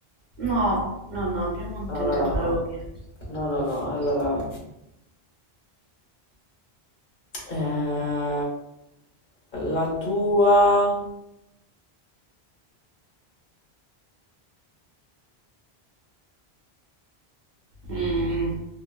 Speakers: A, on the right; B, on the left.
A: No, no, no, Piemonte
B: Allora,
A: non te
B: no.
A: l'avevo chiesto.
B: No, no, no, allora... Eh, la tua...
A: Mm,